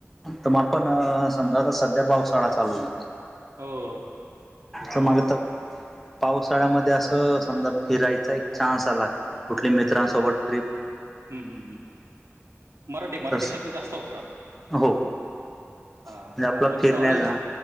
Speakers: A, in the centre; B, on the right.
A: तर मग आपण समजा आता सध्या पावसाळा चालू आहेईल.
B: हो. ते
A: तर मग
B: आहेच
A: तर पावसाळ्यामध्ये असं समजा फिरायचा एक चान्स आला. कुठली मित्रांसोबत ट्र्रीप
B: हम् हम्म हम् मराठी मराठी
A: तस
B: शब्द जास्त वापरा.
A: हो
B: हा
A: म्हणजे आपला
B: आपण
A: फिरण्याचा
B: सहल